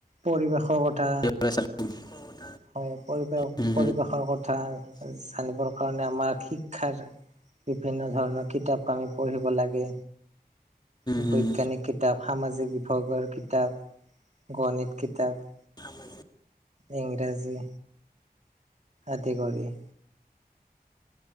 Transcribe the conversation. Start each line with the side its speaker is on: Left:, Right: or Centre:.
Right: পৰিৱেশৰ কথা
Left: <unintelligible>
Right: হয় পৰিৱেশ
Left: হম
Right: পৰিৱেশৰ কথা জানিবৰ কাৰণে আমাক শি ক্ষাৰ বিভিন্ন ধৰণৰ কিতাপ আমি পঢ়িব লাগে। বৈজ্ঞানিক
Left: হম
Right: কিতাপ সামাজিক বিভাগৰ কিতাপ গণিত কিতাপ
Left: সামাজিক
Right: ইংৰাজী আদি কৰি।